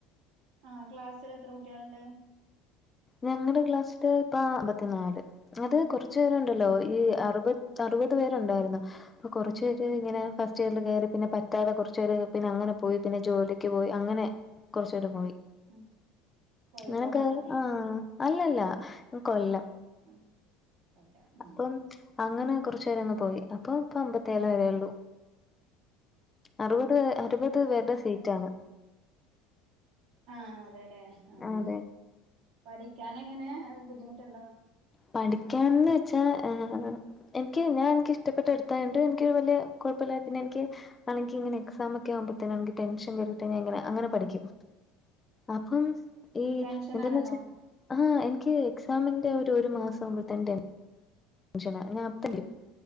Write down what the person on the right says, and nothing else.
ആഹ് ക്ലാസ്സിൽ എത്ര കുട്ടികൾ ഉണ്ട്
ആ
ഉം കോഴിക്കോടാണോ
നീ
ഉം അല്ല ഉം
ആഹ് അതെല്ലേ ആഹ്
പഠി <unintelligible> എങ്ങനെ ബുദ്ധിമുട്ടുണ്ടോ
ടെൻഷനാണെന്നോ